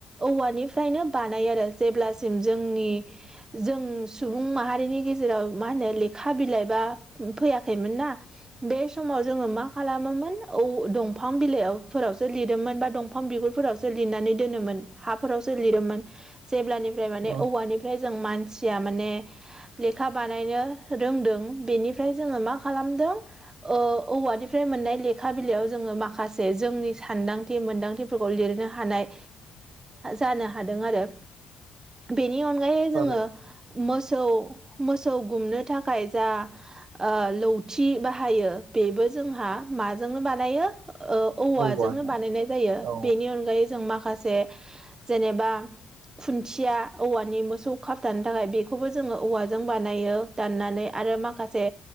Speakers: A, on the right (about 25°); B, on the right (about 70°).
A: औवानिफ्रायनो बानायो आरो जेब्लासिम जोंनि जों सुबुं माहारिनि गेजेराव मा होनो लेखा बिलाइ बा फैयाखैमोन ना। बे समाव जोङो मा खालामोमोन औ दंफां बिलाइफोरावसो लिरोमोन बा दंफां बिगुरफोरावसो लिरनानै दोनोमोन। हाफोरावसो लिरोमोन। जेब्लानिफ्राय माने
B: औ
A: औवानिफ्राय जों मानसिया माने लेखा बानायनो रोंदों। बेनिफ्राय जोङो मा खालामदों ओ औवानिफ्राय मोननाय लेखा बिलाइयाव जोङो माखासे जोंनि सानदांथि मोनदांथि फोरखौ लिरनो हानाय जानो हादों आरो। बेनि अनगायै
B: थारैनो
A: जोङो मोसौ मोसौ गुमनो थाखाय जा ओ लौथि बाहायो बेबो जोंहा माजोंनो बानायो ओ औवाजोंनो
B: औवाजों
A: बानायनाय जायो।
B: औ
A: बेनि अनगायै जों माखासे जेनेबा खुन्थि खुन्थिया औवानि मोसौ खाबथानो थाखाय बेखौबो जोङो औवाजों बानायो दाननानै आरो माखासे